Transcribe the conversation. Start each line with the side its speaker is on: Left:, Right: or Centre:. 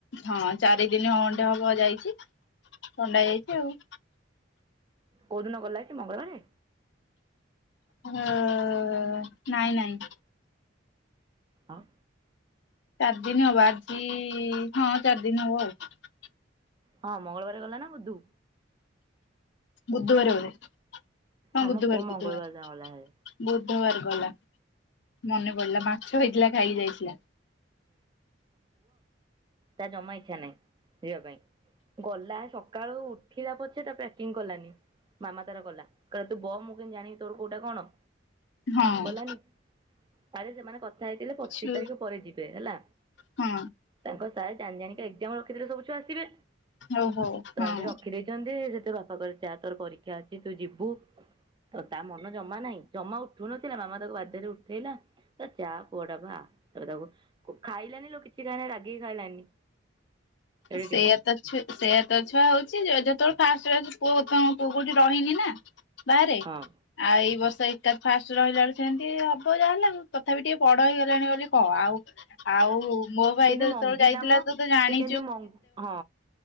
Left: ହଁ ଚାରି ଦିନି ଖଣ୍ଡେ ହବ ଯାଇଛି ଥଣ୍ଡା ହେଇଯାଇଛି ଆଉ
Right: କୋଉଁ ଦିନ ଗଲା କି ମଙ୍ଗଳବାରେ?
Left: ହଁ ନାଇଁ ନାଇଁ।
Right: ଆଉ
Left: ଚାରି ଦିନ ହବ ଆଜି ହଁ ଚାରି ଦିନ ହବ ଆଉ।
Right: ହଁ ମଙ୍ଗଳବାର ଗଲା ନା ବୁଧୁ
Left: ବୁଧବାରେ ବୋଧେ ହଁ
Right: ଆମ
Left: ବୁଧବାର
Right: ପୁଅ
Left: ବୁଧବାରେ।
Right: ମଙ୍ଗଳବାର ଦିନ ଗଲା ଭାରି
Left: ବୁଧବାର ଗଲା, ମନେ ପଡିଲା ମାଛ ହେଇଥିଲା ଖାଇକି ଯାଇଥିଲା।
Right: ତାର ଜମା ଇଚ୍ଛା ନାହିଁ ଯିବା ପାଇଁ। ଗଲା ସକାଳୁ ଉଠିଲା ପଛେ ତା ପ୍ୟାକିଂ କଲାନି। ମାମା ତାର କଲା କହିଲା ତୁ ବ ମୁଁ କେମିତି ଜାଣିବି ତୋର କୋଉଁଟା କଣ?
Left: ହଁ।
Right: କଲାନି ଆରେ ସେମାନେ କଥା ହେଇଥିଲେ ପଚିଶି
Left: ଛୁ
Right: ତାରିଖ ପରେ ଯିବେ ହେଲା।
Left: ହଁ
Right: ତାଙ୍କ ସାର ଜାଣି ଜାଣିକା ଏକ୍ଜାମ ରଖିଦେଲେ ସବୁ ଛୁଆ ଆସିବେ
Left: ହଉ ହଉ
Right: ତ
Left: ହଁ
Right: ଏମିତି ରଖି ଦେଇଚନ୍ତି ସେଇଠୁ ବାପା କହିଲେ ଚା ତୋର ପରୀକ୍ଷା ଅଛି ତୁ ଯିବୁ ତ ତା ମନ ଜମା ନାହିଁ ଜମା ଉ ଠୁ ନଥିଲା ମାମା ତାକୁ ବାଧ୍ୟରେ ଉଠେଇଲା ତ ଚା ପୁଅଟା ବା ଆ ତାପରେ ତାକୁ କୁ ଖାଇଲାନି ଲୋ କିଛି ଖାଇ ନାହିଁ ରାଗିକି ଖାଇଲାନି। ଏଡେ
Left: ସେଇଆ
Right: ଟିଙ୍ଗା
Left: ତ ଛୁ ସେଇଆ ତ ଛୁଆ ହଉଛି ଯ-ଯେତେବେଳେ ଫାଷ୍ଟ ଫାଷ୍ଟ ପୁଅ ବର୍ତ୍ତମାନ ପୁଅ କୋଉଠି ରହିନି ନା ବାହାରେ
Right: ହଁ
Left: ଆଉ ଏଇ ବର୍ଷ ତ ଏକା ଫାଷ୍ଟ ରହିଲା ବେଳୁ ସେମିତି ହବ ଯାହା ହେଲେ ଆଉ ତଥାପି ଟିକେ ବଡ଼ ହେଇଗଲାଣି ବୋଲି କହ ଆଉ ଆଉ ମୋ ଭାଇ
Right: କେମିତି
Left: ତ ଯେତେବେଳେ
Right: ମଙ୍ଗିଲା
Left: ଯାଇଥିଲା
Right: ମ
Left: ତୁ ତ ଜାଣି
Right: ସେ କେମିତି ମଙ୍ଗ୍ ହଁ